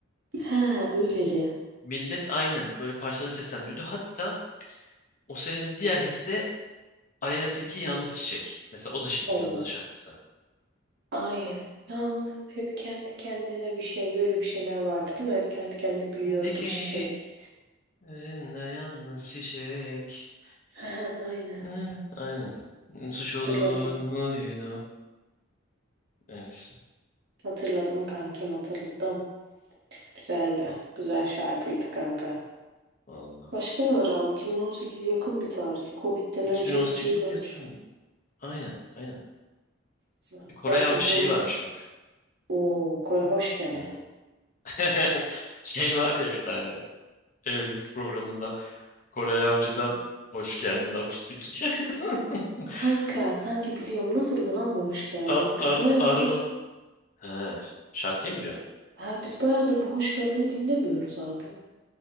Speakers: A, on the right (about 55°); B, on the left (about 40°).
A: He öyleli.
B: Millet aynen böyle parçaları seslendiriyordu. Hatta o senenin diğer hiti de Aleyna Tilki Yalnız Çiçek. Mesela o da şey
A: Oo.
B: Yıldız'ın şarkısı.
A: Ay yalnız hep kendi kendine bir şey öyle bir şeyler vardı değil mi? Hep kendi kendine büyüyor
B: Dikeni
A: bu çiçek.
B: özünle yalnız çiçek.
A: He he, aynen
B: Hı, aynen. Suç
A: hatırladım.
B: olur muydu? Evet.
A: Hatırladım kankim hatırladım. Güzeldi. Güzel şarkıydı kanka.
B: Vallahi.
A: Başka ne var abi? 2018 yakın bir tarih. Covid'den
B: 2018
A: önce 2 yıl önce.
B: yapım. Aynen, aynen.
A: Z-
B: Bir Kore
A: Zaten
B: Avcı
A: Covid
B: şeyi varmış bak.
A: o hoş geldin.
B: Hmm. <laughs> Şey var ya bir tane. Evlilik programında Koray Avcı'dan hoş geldin akustik. <laughs>
A: Kanka sanki biliyorum nasıldı lan bu hoş geldin?
B: Ar,
A: Biz
B: ar,
A: bayağıdır
B: arma. He, şarkıyı mı diyorsun?
A: ha biz bayağıdır bu hoş geldin dinlemiyoruz abi.